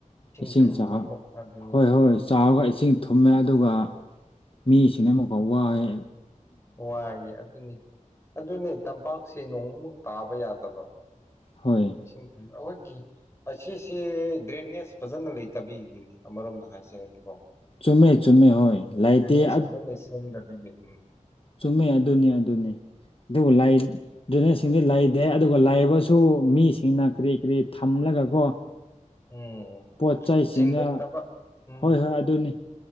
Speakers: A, on the left; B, on the left.
A: ꯏꯁꯤꯡ
B: ꯊꯨꯝꯕ
A: ꯆꯥꯛ
B: ꯑꯃꯨꯛ ꯑꯗꯨꯅꯤ
A: ꯍꯣꯏ ꯍꯣꯏ ꯆꯥꯎꯔꯒ ꯏꯁꯤꯡ ꯊꯨꯝꯃꯦ ꯑꯗꯨꯒ ꯃꯤꯁꯤꯡꯅ ꯑꯃꯨꯛꯀ ꯋꯥꯑꯦ
B: ꯋꯥꯏꯌꯦ ꯑꯗꯨꯅꯤ ꯑꯗꯨꯅꯤ ꯇꯝꯄꯥꯛꯁꯦ ꯅꯣꯡꯃꯨꯛ ꯇꯥꯕ ꯌꯥꯗꯕ
A: ꯍꯣꯏ
B: <inaudible> ꯑꯩꯈꯣꯏꯒꯤ ꯑꯁꯤꯁꯦ ꯗ꯭ꯔꯦꯅꯦꯖ ꯐꯖꯅ ꯂꯩꯇꯕꯤꯒꯤꯅꯦ ꯑꯃꯔꯣꯝꯗ ꯍꯥꯏꯁꯔꯗꯤꯀꯣ
A: ꯆꯨꯝꯃꯦ ꯆꯨꯝꯃꯦ ꯍꯣꯏ ꯂꯩꯇꯦ
B: <unintelligible>
A: ꯆꯨꯃꯤ ꯑꯗꯨꯅꯤ ꯑꯗꯨꯅꯤ ꯑꯗꯨꯕꯨꯅꯦꯁꯤꯡꯗꯤ ꯂꯩꯇꯦ ꯑꯗꯨꯒ ꯂꯩꯥꯏꯕꯁꯨ ꯃꯤꯁꯤꯡꯅ ꯀꯔꯤ ꯀꯔꯤ ꯊꯝꯂ ꯅꯒꯀꯣ
B: ꯎꯝ
A: ꯄꯣꯠ ꯆꯩꯁꯤꯡꯅ
B: ꯁꯦꯡꯗꯣꯛꯇꯕ ꯎꯝ
A: ꯍꯣꯏ ꯍꯣꯏ ꯑꯗꯨꯅꯤ